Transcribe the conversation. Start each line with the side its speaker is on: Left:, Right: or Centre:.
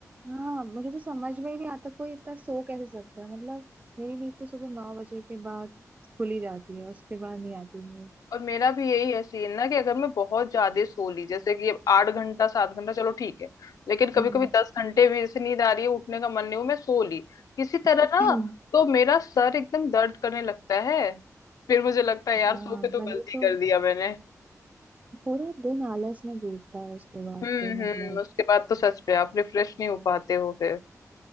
Right: हाँ मुझे तो समझ में ही नहीं आता कोई इतना सो कैसे सकता है मतलब मेरी नींद तो सुबह नौ बजे के बाद खुली जाती है उसके बाद नहीं आती नींद
Left: और मेरा भी यही है सीन ना कि अगर मैं बहुत ज्यादा सो ली जैसे कि अब आठ घंटा सात घंटा चलो ठीक है लेकिन कभी
Right: हम्म
Left: कभी दस घंटे भी जैसे नींद आ रही है उठने का मन नहीं हो मैं सो ली किसी तरह
Right: <clears throat>
Left: ना तो मेरा सर एकदम दर्द करने लगता है फिर मुझे लगता है यार
Right: हाँ
Left: सो के तो
Right: वही
Left: गलती
Right: तो
Left: कर दिया मैंने
Right: पूरे दिन आलस में बीतता है उसके बाद
Left: हम्म
Right: तो
Left: हम्म
Right: मतलब
Left: उसके बाद तो सच में आप रिफ्रेश नहीं हो पाते हो फिर